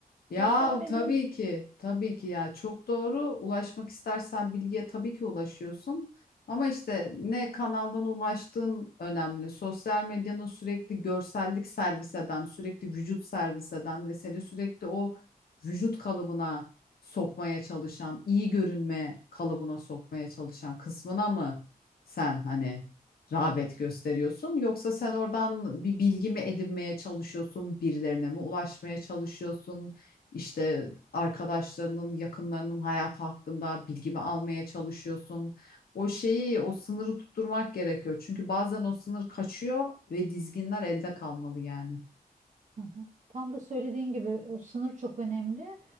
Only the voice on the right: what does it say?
Sosyal medya
Hı hı. Tam da söylediğin gibi o sınır çok önemli.